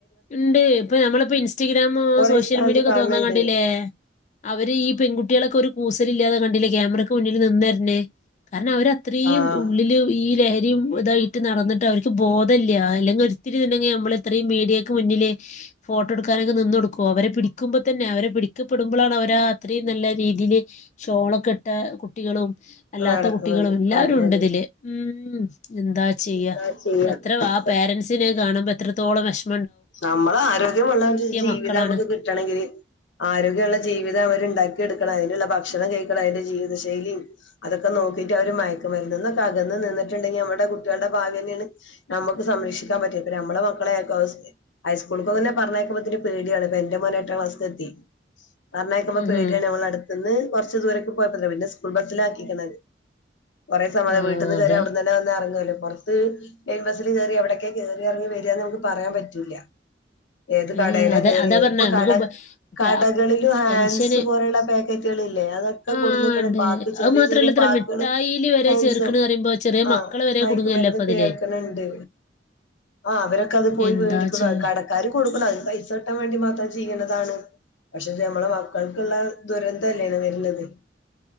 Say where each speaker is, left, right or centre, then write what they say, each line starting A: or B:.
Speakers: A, on the left; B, on the left.
A: ഇണ്ട് ഇപ്പൊ നമ്മളിപ്പോ ഇൻസ്റ്റഗ്രാമോ
B: കൊറേ
A: സോഷ്യൽ
B: സ്ഥലത്ത്
A: മീഡിയ ഒക്കെ
B: കാണുന്നുണ്ട്
A: തോർന്നാ കണ്ടില്ലേ അവര് ഈ പെൺകുട്ടികളൊക്കെ ഒരു കൂസല് ഇല്ലാതെ കൺ ട്ലേ ക്യാമറയ്ക്ക് മുന്നില് നിന്ന ര് ന് കാരണം അവരത്രയും
B: ആഹ്
A: ഉള്ളില് ഈ ലഹ രിം ഇതായിട്ട് നടന്നിട്ട് അവരിക്ക് ബോധല്ല അല്ലെങ്കിൽ ഒരിത്തിരി നമ്മളിത്രയും മീഡിയ മുന്നില് ഫോട്ടോ എടുക്കാനൊക്കെ നിന്ന് കൊടുക്കോ അവരെ പിടിക്കുമ്പോ തന്നെ അവരെ പിടിക്കപ്പെടുമ്പോഴാണ് അവരാ അത്രയും നല്ല രീതില് ഷോളൊക്കെ ഇട്ട കുട്ടികളും അല്ലാത്ത
B: നടക്കുന്നത്
A: കുട്ടികളും എല്ലാവരും
B: കാട്ടുന്നത്
A: ഉണ്ട് തില്. ഉം എന്താ ചെയ്യാ
B: എന്താ ചെയ്യാ
A: എത്ര ആ പേരൻസിനത് കാണുമ്പോ എത്ര തോളം വെഷ്
B: നമ്മള് ആരോഗ്യമുള്ള ഒരു ജീവിതം
A: മക്കളാണ്
B: നമുക്ക് കിട്ടണങ്കിൽ ആരോഗ്യമുള്ള ജീവിതം അവര്ണ്ടാക്കി എടുക്കണം അതിനുള്ള ഭക്ഷ ഭക്ഷണം കഴിക്കണം അതിന്റെ ജീവിതശൈലിം അതൊക്കെ നോക്കിയിട്ട് അവര് മയക്കുമരുന്ന് എന്നൊക്കെ അകന്ന് നിന്നിട്ടുണ്ടെങ്കി നമ്മുടെ കുട്ടികളുടെ ഭാവി തന്നെയാണ് നമുക്ക് സംരക്ഷിക്കാൻ പറ്റിയത് പിന്നെ നമ്മെ മക്കളെ ആരിക്കും അവ ഹൈസ്കൂളക്കൊന്നെ പറഞ്ഞയക്കുമ്പോത്തിന് പേടിയാണ് ഇപ്പൊ എന്റെ മോന് എട്ടാം ക്ലാസ്ക്ക്‌ എത്തി പറഞ്ഞയക്കുമ്പോ
A: ഉം
B: പേടിയാണ്
A: ഹും.
B: ഞമ്മളടുന്ന് കൊറച്ച് ദൂരക്ക്‌ കുഴപ്പില്ല പിന്നെ സ്കൂൾ ബസ്സില് ആക്കിക്കണ് കൊറെ സമ
A: ആ
B: വീട്ടിന്ന്
A: അതെ
B: കേറിയ അവിടന്ന്ന്നെ വന്ന ഇറങ്ങ്ലോ പുറത്ത് ലൈൻ ബസില് കേറി എവിടെക്കെ കേറിയിറങ്ങി വേരുകാന്ന് നമുക്ക് പറയാൻ പറ്റോ ഇല്ല ഏത്
A: ഉം,
B: കടേല്
A: അതെ
B: കേറി
A: അതാ പറഞ്ഞെ
B: ഇപ്പൊ
A: നമുക്ക്
B: കട
A: ബ- ഇപ്പൊ
B: കടകളിലും
A: ആ
B: ഹാൻസ്
A: ടെൻഷന്
B: പോലുള്ള പാക്കറ്റുകളില്ലേ അതൊക്കെ
A: ആ
B: കൊണ്ട്വന്നേക്കുന്നു
A: ഉണ്ട്
B: പാക്ക് ചെറിയ
A: അത് മാത്രല്ല
B: ചെറിയ
A: ഇത്ര
B: പാക്ക്കള്
A: മിഠായില് വരെ
B: ഹാൻസും
A: ചേർക്കണ് പറയുമ്പോ ചെറിയ
B: ആ
A: മക്കള് വരെ
B: മയ്ക്കുമരുന്ന്
A: കുടുങ്ങല്ലേ ഇപ്പൊ അതില്
B: കേൾക്കണുണ്ട് അ അവരൊക്കെ അത്പോയി
A: എന്താ
B: വേടി
A: ചെയ്യാ
B: കടക്കാര് കൊടുക്കുന്ന പൈസക്കിട്ടാൻ വേണ്ടി മാത്രം ചെയ്യണതാണ് പക്ഷേ ഇത് നമ്മള മക്കൾക്കുള്ള ദുരന്തം അല്ലേ വരുന്നത്